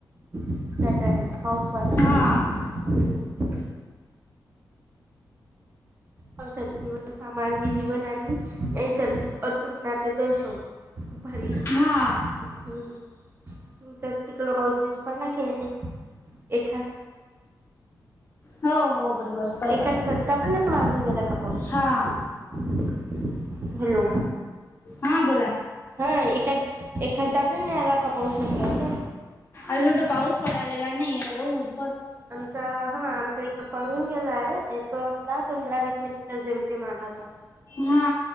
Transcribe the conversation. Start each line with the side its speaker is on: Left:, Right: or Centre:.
Right: त्याच्याने पाऊस पडल्याने
Left: हा
Right: हम् पावसाचे दिवस सामान्य जीवन आणि नैसर्गिक अतुटना दर्शवतो खूप भारी हम्
Left: हा
Right: तुमच्या तिकड पाऊस दिस पडला की नाही एखाद
Left: हो हो बरोबर बरोबर
Right: एका झटका पण मारून गेला आपोआप
Left: हा
Right: हं हॅलो
Left: हा बोला
Right: हा ए एखादा पण आला नाही का पाऊस म्हटल अस
Left: अजून तर पाऊस पडालेला नाही एवढं उन
Right: आमचा हा आमचा एक पडून गेलाय एकदा पंधरा वीस मिनिट जेमते मला होता
Left: हा